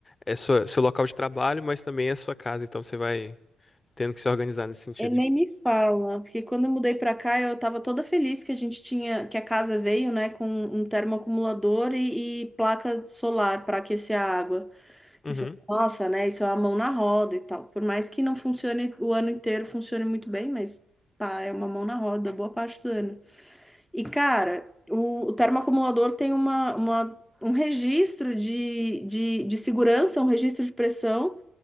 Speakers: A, on the left; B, in the centre.
A: é sua- seu local de trabalho, mas também é sua casa, então você vai. Tendo que se organizar nesse sentido.
B: E nem me fala, porque quando eu mudei pra cá, eu tava toda feliz que a gente tinha, que a casa veio, né, com um termoacumulador e, e placa solar para aquecer a água.
A: Uhum.
B: E falei, nossa, né, isso é a mão na roda e tal. Por mais que não funcione o ano inteiro, funcione muito bem, mas pá, é uma mão na roda boa parte do ano. E cara, o, o termoacumulador tem uma, uma, um registro de, de, de segurança, um registro de pressão.